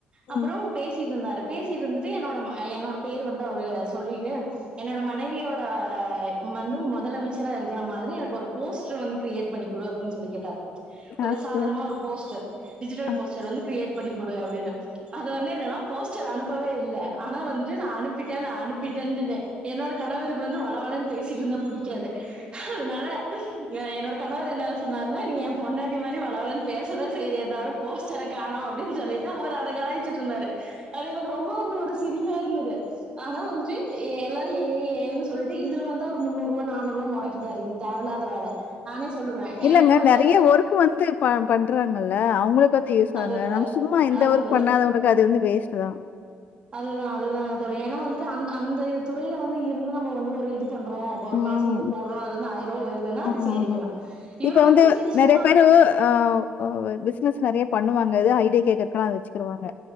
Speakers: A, on the right; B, on the left.
A: அப்புறம்
B: ம்.
A: பேசிட்டு இருந்தாரு பேசிட்டு இருந்துட்டு என்னோட என்னோட பேர் வந்து அவரு சொல்லிட்டு என்னோட மனைவியோட வந்து முதலமைச்சராாக இருக்கிற மாதிரி எனக்கு ஒரு போஸ்டர் வந்து கிரியேட் பண்ணி அப்படின்னு சொல்லி கேட்டரு ஒரு
B: ஆ
A: சாதனமா
B: சரி.
A: ஒரு போஸ்டர் டிஜிட்டல்
B: ஆ.
A: போஸ்டர் வந்து கிரியேட் பண்ணி கொடு அப்படின்னு <inaudible> அது வந்து என்னன்னா போஸ்டர் அனுப்பவே இல்லை ஆனா வந்துட்டு நான் அனுப்பிட்டேன் நான் அனுப்பிட்டேன்ன்னு என்னோட கணவருக்கு வந்து வளவலன் பேசிட்டுந்தான் பிடிக்காது அதனால என்னோட கணவர் என்ன சொன்னாருன்னா நீ என் பொண்டாட்டி மாதிரி வளவலன் பேசதான் சரிய தவிர போஸ்டரை காணோம் அப்படின்னு சொல்லிட்டு அவர் அதை கலி இருந்தாரு அது எனக்கு ரொம்ப வந்து ஒரு சிரிதா இருந்தது ஆனா வந்துட்டு எல்லாரும் சொல்லிட்டு இதுல வந்து அவ முன்னூறு ரூபா நானூறு ரூவா முடக்கிதான் இருக்குது தேவையில்லாத வேலை நானே சொல்லுவே
B: இல்லங்க
A: என்னோட
B: நிறைய
A: கையில இருந்து
B: ஒர்க் வந்து பண்றாங்கல்ல அவங்களுக்கு யூாங்க
A: அதுதா
B: நம்ம சும்மா எந்த
A: அதுதா
B: ஒர்க் பண்ணாதவளுக்கு அது வந்து வேஸ்ட் தான்ஹ்
A: அதுதா அதுதாங்க தோழி ஏன்னா வந்துட்டு அந்த அந்த துறையில வந்து இருந்து நம்ம வந்து ஒரு இது பண்றோம் ஒரு
B: ம்.
A: காசு வந்து போடுறோம் அதுல இருந்து ஆயிரம் ரூபா வருதுன்னா
B: ஆ
A: அது சரிங்களா
B: ஆமா.
A: இரு
B: இப்ப
A: வந்து சரி சும்மா
B: நெறைய பேரு அ ஒ பிசினஸ் நெறைய பண்ணுவாங்க இ ஐடியா கேக்க அதை வச்சுருாங்க